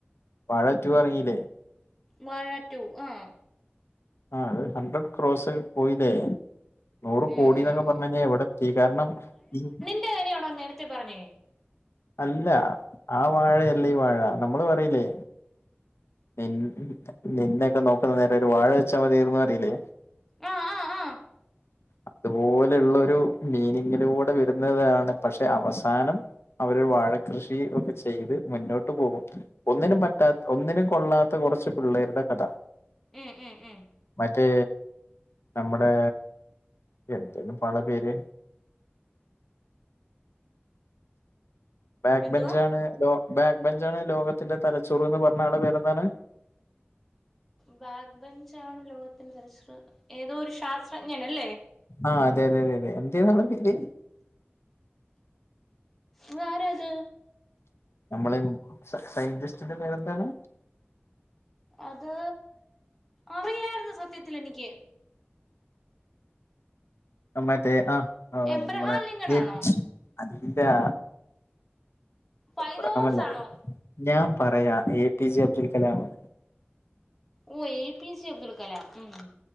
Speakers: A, on the left; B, in the centre.
A: വാഴ ടു എറങ്ങീലേ
B: വാഴ ടു ആഹ്
A: ആഹ് അത് ഹൺഡ്രഡ് ക്രോസ് പോയിലേ നൂറ്
B: ഉം
A: കോടി എന്നൊക്കെ
B: ഉം
A: പറഞ്ഞ്
B: ഉം
A: കഴിഞ്ഞാ എവിട എത്തി കാരണം ഈ
B: <unintelligible> കാര്യാണോ നേരത്തെ പറഞ്ഞേ
A: അല്ല ആ വാഴയല്ല ഈ വാഴ നമ്മള് പറയിലേ <unintelligible> നിന്നേക്ക നോക്കുന്ന നേരെം ഒരു വാഴ വെച്ചാ മതിയാർന്നു അറിയില്ലേ
B: ആ ആ ആ
A: അതു പോലെയുള്ള ഒരു മീനിങ്ങിലൂടെ വരുന്നതാണ് പക്ഷെ അവസാനം അവര് വാഴ കൃഷി ഒക്കെ ചെയ്ത് മുന്നോട്ട് പോകും ഒന്നിനും പറ്റാ ഒന്നിനും കൊള്ളാത്ത കറച്ച് പിള്ളേരുടെ കട
B: ഉം ഉം ഉം
A: മറ്റേ നമ്മുടെ എന്തേണിപ്പോ അവളെ പേര് ബാക്ക്
B: എന്തുവാ
A: ബെഞ്ചാണ് ലോ ബാക്ക് ബെഞ്ചാണ് ലോകത്തിന്റെ തലച്ചോറ് ന്ന് പറഞ്ഞ ആളെ പേരെന്താണ്
B: ബാക്ക് ബഞ്ചാണ് ലോകത്തിന്റെ തലച്ചോർ ഏതോ ഒരു ശാസ്ത്രജ്ഞനല്ലേ
A: ആഹ് അതെ അതെ അതെ അതെ എന്തായിരുന്നു ആളെ പേര്
B: അത് ആരാത്
A: നമ്മളെ സ സയന്റിസ്റ്റിന്റെ പേരെന്താണ്
B: അത് അറിയായിരുന്നു സത്യത്തില് എനിക്ക്
A: മറ്റേ ആഹ് ആഹ്
B: എബ്രഹാം
A: നമ്മളെ
B: ലിങ്കൺ
A: <unintelligible>
B: ആണോ
A: അതിന്റാ
B: പൈതോറസ്
A: എബ്രഹാമല്ല
B: ആണോ
A: ഞാൻ പറയാ A P J Abdul Kalam
B: ഓഹ് A P J Abdul Kalam മ്ഹ്